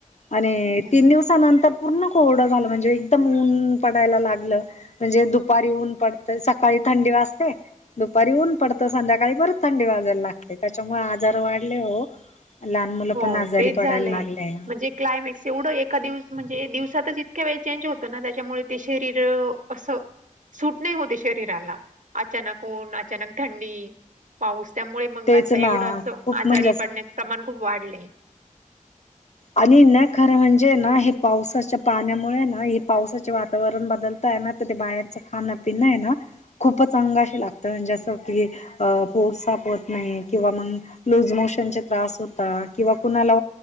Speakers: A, on the left; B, on the right.
A: आणि
B: अच्छा
A: तीन दिवसानंतर पूर्ण कोरडं झालं म्हणजे एकदम ऊन पडायला लागलं म्हणजे दुपारी ऊन पडते सकाळी थंडी वाजते. दुपारी ऊन पडतं संध्याकाळी बरच थंडी वाजायला लागते त्याच्यामुळे आजार वाढले हो लहान मुलं
B: हो
A: पण आजारी
B: तेच
A: पडायला
B: झालंय
A: लागलेय
B: म्हणजे क्लायमॅक्स एवढं एका दिवस म्हणजे दिवसातच इतक्या वेळ चेंज होतो ना त्याच्यामुळे ते शरीर असं सूट नाही होते शरीराला अचानक ऊन अचानक थंडी पाऊस त्यामुळे मग
A: तेच
B: आता
A: ना
B: एवढं असं
A: खूप
B: आजारी
A: म्हणजे असं
B: पडण्याचं प्रमाण खूप वाढलंय
A: आणि न खरं म्हणजे ना हे पावसाच्या पाण्यामुळे ना हे पावसाचे वातावरण बदल ना तर ते बाहेरच खाण पिं आहे ना खूपच अंगाशी लागतं जसं की अ पोर सापवत नाही किंवा मग लूज मोशन त्रास होता किंवा कुणाला